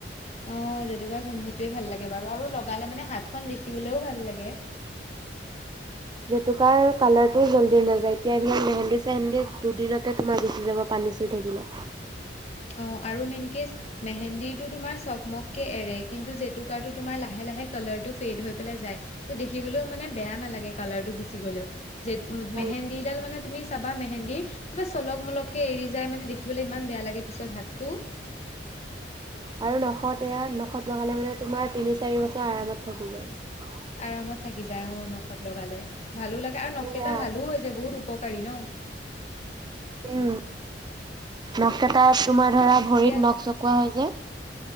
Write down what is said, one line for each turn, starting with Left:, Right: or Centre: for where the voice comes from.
Left: অ জেতুকা গোন্ধটোৱে ভাল লাগে বাৰু আৰু লগালে মানে হাতখন দেখিবলেও ভাল লাগে।
Right: জেতুকাৰ কালাৰটোও জল্দি নাযায় এতিয়া ইমান মেহেন্দি চেহেন্দদি দুদিনতে তোমাৰ গুচি যাব পানী চুই থাকিলে।
Left: অ আৰু মেইন কেচ মেহেন্দিটো তোমাৰ চকমককে এৰে কিন্তু জেতুকাটো তোমাৰ লাহে লাহে কালাৰটো ফেইড হৈ পেলাই যায়। ত দেখিবলৈও মানে বেয়া নালাগে কালাৰতটো গুচি গ'লেও। যে
Right: উম।
Left: মেহেন্দিডাল মানে তুমি চাব। বা মেহেন্দিৰ কিবা চলক মলকে এৰি যায় মানে দেখিবলৈ ইমান বেয়া লাগে। পিছত হাতটো।
Right: আৰু নখত এয়া নখত লগালে মানে তোমাৰ তিনি চাৰি বছৰ আৰামত থাকিব যায়।
Left: আৰামত থাকি যায় অ নখত লগালে। ভালো লাগে আৰু নকেইটা
Right: এয়া
Left: ভালোও হৈ যায় বহুত। উপকাৰী ন।
Right: উম নখকেইটা তোমাৰ। ধৰা ভৰিত
Left: দিয়া
Right: নখ চকোৱা হয় যে।